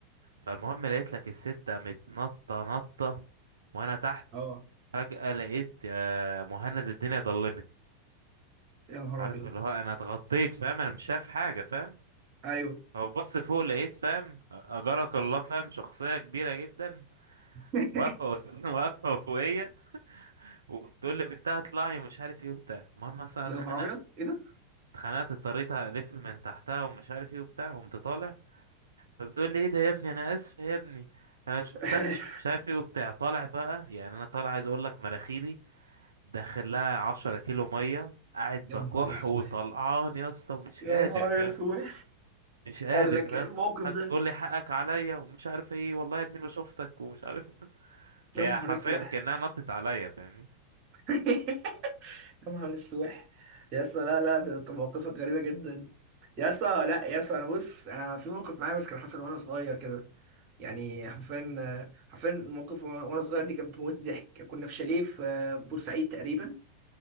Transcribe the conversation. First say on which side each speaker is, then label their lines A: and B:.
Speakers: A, on the right; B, on the right.
A: فالمهم لقيت لك الستة متنطة نطة وانا تحت
B: اه
A: فجأة لقيت يا مهند الدنيا ضلمت
B: يا نهار
A: عارف
B: ابيض
A: اللي هو انا اتغطيت فاهم انا مش شايف حاجة فاهم
B: ايوه
A: او بص فوق لقيت فاهم اجرك الله فاهم شخصية كبيرة جدا
B: <laughs>
A: واقفة <laughs> واقفة فوقيا وتقول لي بنتها اطلعي ومش عارف ايه وبتاع المهم اصلا اتخنقت
B: يا نهار ابيض ايه ده
A: اتخنقت اضطريت الف من تحتها ومش عارف ايه وبتاع قمت طالع فبتقول لي ايه ده يا ابني انا اسف يا ابني انا ما شفتكش
B: <laughs>
A: مش عارف ايه وبتاع طالع بقى يعني انا طالع عايز اقول لك مراخيري داخل لها 10 كيلو ميه قاعد
B: يا
A: بكح
B: نهار اسود
A: وطلعان يا اسطى ومش
B: يا
A: قادر
B: نهار
A: فاهم
B: اسود
A: مش قادر
B: قال لك
A: فاهم
B: إيه الموقف ده
A: تقول لي حقك عليا ومش عارف ايه والله يا ابني ما شفتك ومش عارف <laughs>
B: يا
A: هي
B: نهار
A: حرفيا
B: اسود
A: كانها نطت عليا فاهمني
B: <laughs> يا نهار اسود يا اسطى لا لا ده أنت مواقفك غريبه جدا يا اسطى لا يا اسطى انا بص انا في موقف معايا بس كان حصل وانا صغير كده يعني حرفيا حرفيا الموقف وانا وأنا صغير دي كانت بتموت ضحك كنا في شاليه في بورسعيد تقريبا